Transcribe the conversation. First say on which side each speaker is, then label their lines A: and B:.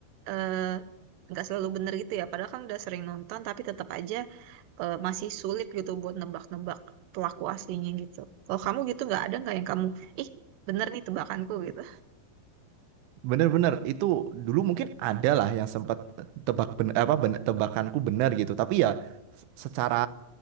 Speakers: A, on the right; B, on the right.
A: eh, nggak selalu bener gitu ya padahal kan udah sering nonton tapi tetap aja eh, masih sulit gitu buat nebak-nebak pelaku aslinya gitu kalau kamu gitu nggak ada nggak yang kamu ih bener nih tebakanku gitu
B: Bener-bener itu dulu mungkin ada lah yang sempat tebak ben- apa ben- tebakanku benar gitu. Tapi ya secara